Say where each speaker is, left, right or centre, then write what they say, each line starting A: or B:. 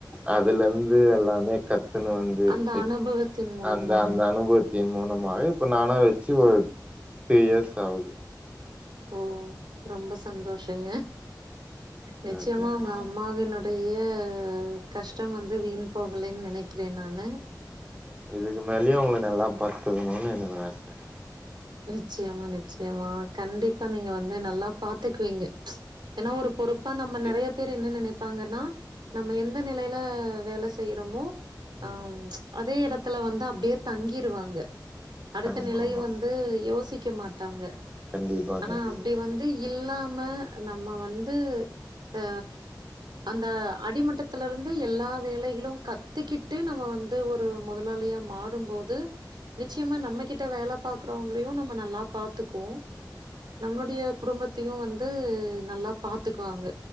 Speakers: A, on the right; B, on the right.
A: அதுல இருந்து எல்லாமே கத்துன்னு வந்து
B: அந்த
A: இப்
B: அனுபவத்தின் மூலமா.
A: அந்தா அந்த அனுபவத்தின் மூலமாக இப்ப நானா வெச்சு ஒரு த்ரீ இயர்ஸ் ஆவுது
B: ஓ ரொம்ப சந்தோஷங்க நிச்சயமா
A: ஓகே ஓகே
B: உங்க அம் மாவினுடைய கஷ்டம் வந்து வீண் போகலேன்னு நெனைக்கிறே நானு
A: இதுக்கு மேலேயு அவங்கள நல்லா பாத்துக்கணுனு எனக்கு ஆச <inaudible>
B: நிச்சயமா நிச்சயமா
A: ஆ
B: கண்டிப்பா நீங்க வந்து நல்லா பாத்துக்குவீங்க ஏன்னா ஒரு பொறுப் பா நம்ம நெறைய
A: எ
B: பேர் என்ன நெனைப்பாங்கன்னா நம்ம எந்த நிலையில வேல செய்றோமோ
A: ம்
B: ஆ அதே இடத்துல வந்து அப்டியே தங்கிருவாங்க அடுத்த
A: ஆமா
B: நிலை
A: ஆமா
B: வந் து யோசிக்க மாட்டாங்க
A: கண்டிப்பா
B: ஆனா
A: கண்டிப்பாங்க
B: அப்டி வந் து இல்லாம நம்ம வந்து ஆ அந்த அடிமட்டத்துல இருந்து எல்லா வேலைகளு கத்துக்கிட்டு நம்ம வந் து ஒரு முதலாளியா மாறும்போது நிச்சயமா நம்மகிட்ட வேலப் பாக்குறவங்களையு நம்ம நல்லா பாத்துக்கோ நம்மளுடைய குடும்பத்தையு வந்து நல்லா பாத்துக்குவாங்க